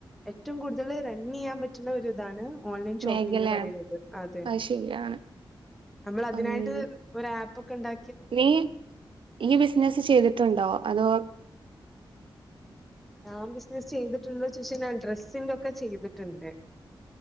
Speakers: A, in the centre; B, on the right.
A: ഏറ്റവും കൂടുതൽ റണ്ണയ്യാൻ പറ്റുന്ന ഒരു ഇതാണ് ഓൺലൈ ഷോപ്പിംഗ്
B: മേഖലയാണ്
A: പറിണത് അതെ
B: അത് ശരിയാണ്
A: നമ്മളതിനായിട്ട്
B: അങ്ങനെ
A: ഒരു ആപ്പ് ഒക്കെ ഇണ്ടാ
B: നീ ഈ ബിസ്നസ്സ് ചെയ്തിട്ടുണ്ടോ അതോ
A: ഞാൻ ബിസ്നസ് ചെയ്തിട്ട്ണ്ടോ ചോയിച് കഴിഞ്ഞാ ഡ്രസ്സിന്റോക്കെ ചെയ്ത്ട്ട്ണ്ട്